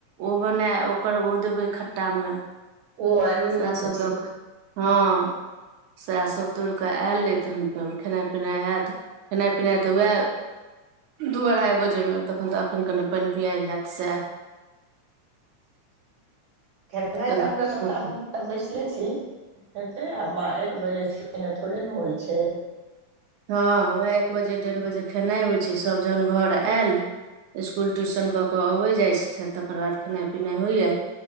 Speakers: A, on the right; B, on the right.
A: ओ बना ओकर ओ देबै खट्टामे।
B: ओ आरो
A: सएहसभ
B: नीक होइ छै
A: दऽ क हँ। सएह सब तोड़िके आयल अय तहन फेर खेनाइ पिनाइ हैत खेनाइ पिनाइ तऽ वएह दू अढ़ाइ बजेमे तखन त अखैन कनि पइन पिआइ हैत सेह।
B: खेनाइ
A: कनि
B: तऽ हमरो सब क अखन सब बैसले छी हेतै आ बा एक बजेसँ पहिने थोड़े ने होइ छैय।
A: हँ वेह एक बजे डेढ़ बजे खेनाइ होइ छैय सब जहैन घर ऐल इसकुल ट्यूशन क क अबै जाइ छथिन तकर बाद खेनाइ पिनाइ होइए।